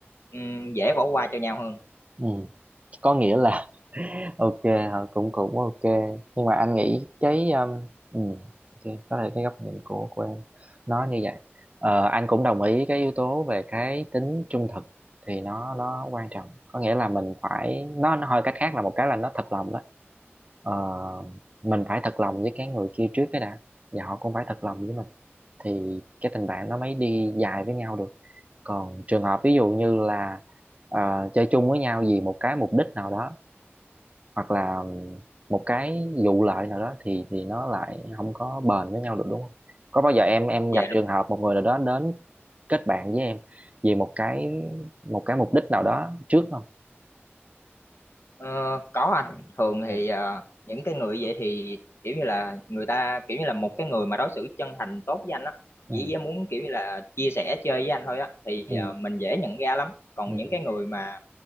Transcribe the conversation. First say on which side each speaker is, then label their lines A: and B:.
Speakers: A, on the left; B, on the right.
A: ừm, dễ bỏ qua cho nhau hơn
B: ừ. có nghĩa là <laughs> ok hả? cũng cũng ok nhưng mà anh nghĩ cái um, ừ, ok, có thể cái góc nhìn của của em nó như vậy Ờ, anh cũng đồng ý cái yếu tố về cái tính trung thực thì nó nó quan trọng có nghĩa là mình phải nó, nó hơi cách khác là một cái là nó thật lòng đó Ờ, mình phải thật lòng với cái người kia trước cái đã và họ cũng phải thật lòng với mình thì cái tình bạn nó mới đi dài với nhau được còn trường hợp ví dụ như là ờ, chơi chung với nhau vì một cái mục đích nào đó hoặc là một cái vụ lợi nào đó thì thì nó lại không có bền với nhau được đúng không có bao giờ em em
A: dạ
B: gặp trường hợp một người nào đó đến kết bạn với em vì một cái một cái mục đích nào đó trước không
A: Ờ, có anh thường
B: ừ
A: thì ờ, những cái người vậy thì kiểu như là người ta kiểu như là một cái người mà đối xử chân thành tốt với anh á
B: ừ
A: chỉ muốn kiểu như là chia sẻ chơi với anh thôi á thì
B: ừ
A: ờ, mình dễ nhận ra lắm còn
B: ừ
A: những cái người mà